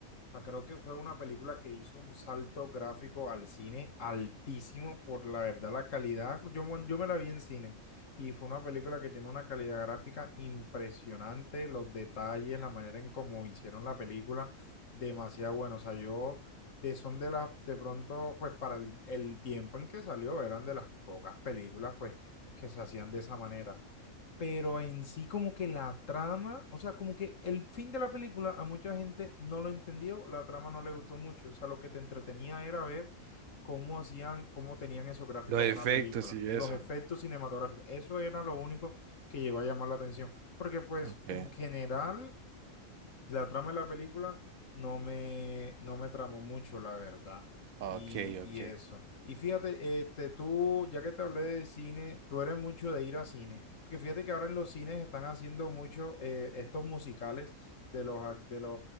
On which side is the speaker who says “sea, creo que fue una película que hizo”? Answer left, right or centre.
Left